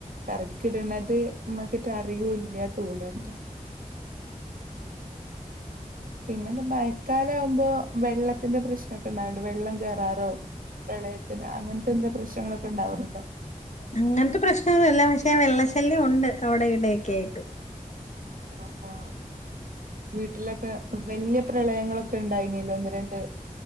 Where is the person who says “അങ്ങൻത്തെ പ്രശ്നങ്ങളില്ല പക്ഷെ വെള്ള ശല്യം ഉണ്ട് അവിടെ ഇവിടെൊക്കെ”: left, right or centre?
Left